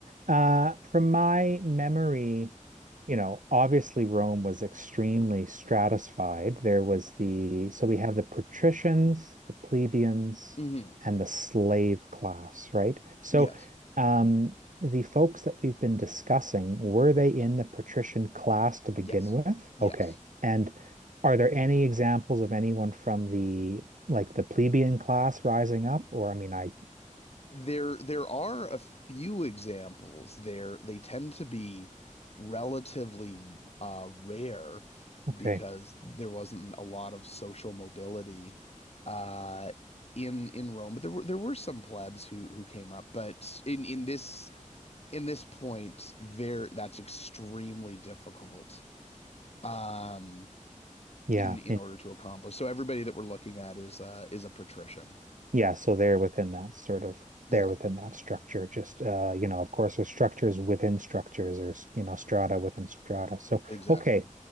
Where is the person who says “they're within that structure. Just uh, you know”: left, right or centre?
Right